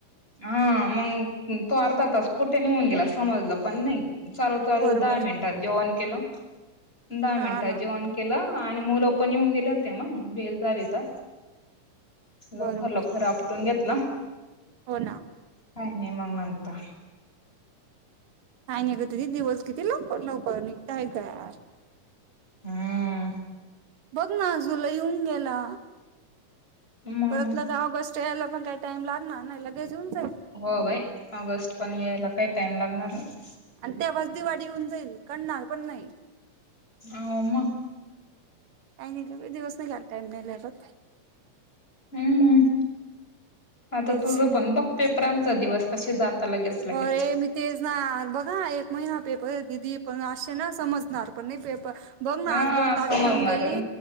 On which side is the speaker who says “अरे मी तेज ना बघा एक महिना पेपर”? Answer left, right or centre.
Right